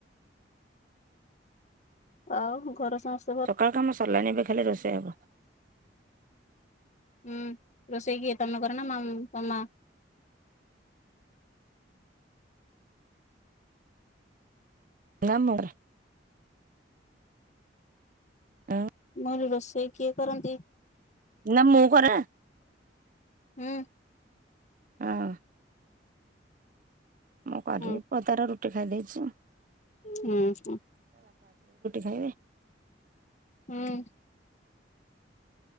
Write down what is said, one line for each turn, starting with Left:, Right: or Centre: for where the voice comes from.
Left: ଆଉ ଘରେ ସମସ୍
Right: ସକାଳ କାମ ସରିଲାନି ଏବେ ଖାଲି ରୋଷେଇ ହେବ।
Left: ହୁଁ ରୋଷେଇ କିଏ ତମେ କର ନା ମାମ୍ ତମ ମା?
Right: ନା ମୋରା ଅଁ
Left: ମୁଁ କହିଲି ରୋଷେଇ କିଏ କରନ୍ତି?
Right: ନା ମୁଁ କରେ ନା।
Left: ହୁଁ।
Right: ହଁ। ମୁଁ କରିବି
Left: ହୁଁ
Right: ପୁଅ ତାର ରୁଟି ଖାଇ ଦେଇେଇଚି।
Left: ହୁଁ ହୁଁ
Right: ଖାଇବେ
Left: ହୁଁ।